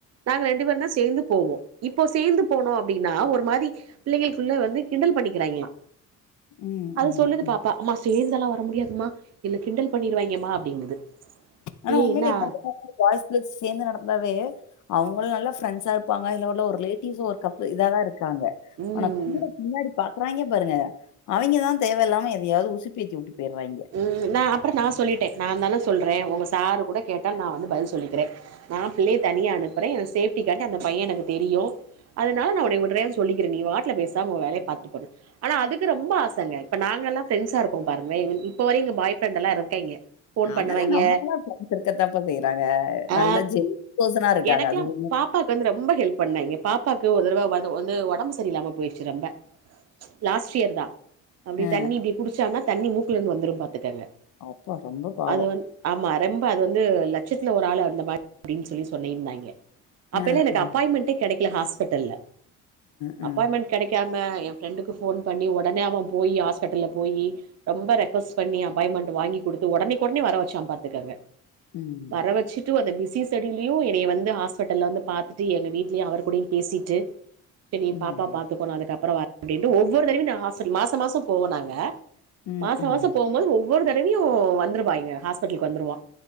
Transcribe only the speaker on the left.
ம்,
ம்,
ம்.
ஆனா
உண்மையிலே
இப்ப பாய்ஸ் கேர்ள்ஸ் சேந்து நடந்தாவே அவங்க நல்ல ஃப்ரெண்ட்ஸா இருப்பாங்க இல்ல ஒரு ரிலே டிவ்ஸ் ஒரு கப்பு இத தா இருக்காங்க
ஆனா கூட பின்னாடி பாக்குறாய்ங்க பாருங்க அவைய்ங்க தா தேவையில்லாம எதையாவது உசுப்பேத்தி வுட்டு போய்யிறாய்ங்க
அதெல்லா நமக்கெல்லா ஃப்ரெண்ட்ஸ் இருக்கத்தப்பா செய்யறாங்க நல்ல
ஜெல் பார்சனா இருக்காங்க
அது உண்ம
அ
அப்பா ரொம்ப பாவோ
அ
அ
அ
ம் ம்
ம்
ம்